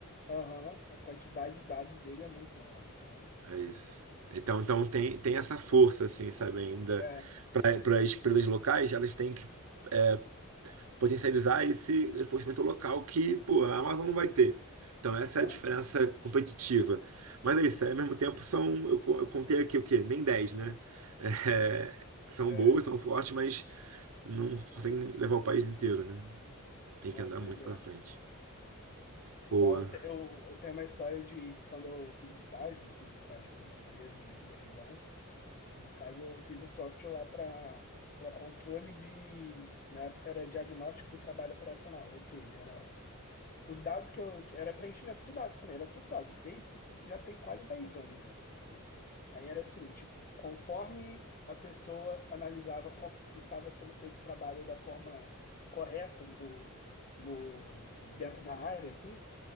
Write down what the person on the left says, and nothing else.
Aham, a quantidade de dados dele é muito maior. Então,
é,
aham,
é,
pô,
né,
pois
é.
Igual,
eu, te- eu eu tenho uma história de quando eu fiz estágio, eu fiz estágio para uma empresa daqui da região, que no caso eu fiz um software lá para para controle de, na época era diagnóstico do trabalho operacional, ou seja, era os dados que eu, que era preenchimento de dados também, era tudo dado, desde isso já tem quase 10 anos já, se for ver. Aí era assim, tipo, conforme a pessoa analisava como, se estava sendo feito o trabalho da forma correta no, no, dentro da área, assim,